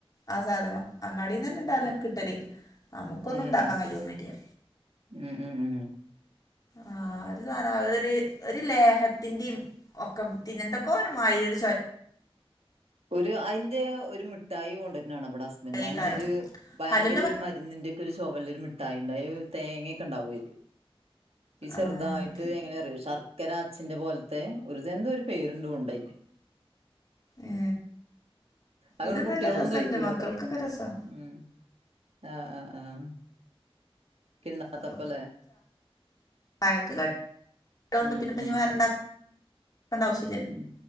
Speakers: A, on the left; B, on the right.
A: ആ സാധനം അങ്ങാടിന്ന് തന്നെ <unintelligible>
B: ആഹ്
A: കിട്ടല് നമുക്കൊന്നും
B: ഏഹ്
A: ഇണ്ടാക്കാൻ കയ്യൊന്നുല്ല
B: ഉം ഉം ഉം
A: ആ ഒരു സാനം അ ഒരു ഒരു ലേഹത്തിന്റിം ഒക്കം പിന്നെന്ദോക്കെരുമായിരീ ഒരു ചോ
B: ഒരു അയിന്റെ ഒരു മിഠായി കൊണ്ടര്നാണ ഇവടെ ഹസ്ബൻഡ്
A: ചോയക്കാരം
B: അങ്ങനെരു ഭയങ്കര
A: ഹലുവിന്റെ മ-
B: ഒരു മരുന്നിന്റെ ഒരു ചോവള്ളൊരു മിഠായി ണ്ട് തേങ്ങൊക്കെണ്ടയ്ല് ഈ ചെറുതായി
A: ആ അത്,
B: ട്ട് എങ്ങനെറിയോ ശർക്കരാഛിന്റെ പോൽത്തെ എന്തോ ഒരു പേരുണ്ടോണ്ടയിന്
A: ഏ,
B: അവ്ടെ
A: ഇത്
B: കുട്ടികളൊന്നും
A: നല്ല രസമുണ്ട്
B: കഴിക്കൂലട്ടോ
A: മക്കൾക്കൊക്കെ രസം
B: ഉം ആഹ് ആഹ് ആഹ് കിണ്ണത്തപ്പലെ
A: അപ്പൊ ചായക്ക് കടി ഇണ്ടായൊണ്ട്
B: ഉം
A: പിന്നെപ്പൊ
B: ഉം
A: വേറെണ്ടാക്കണ്ടവശ്യ
B: ഉം